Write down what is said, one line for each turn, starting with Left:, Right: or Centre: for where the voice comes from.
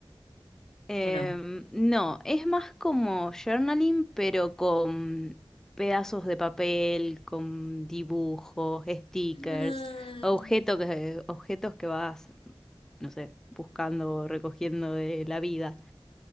Centre: Em,
Left: o no?
Centre: no, es más como journaling, pero con pedazos de papel, con dibujos, stickers,
Left: Ah,
Centre: objetos que, objetos que vas, no sé, buscando o recogiendo de la vida.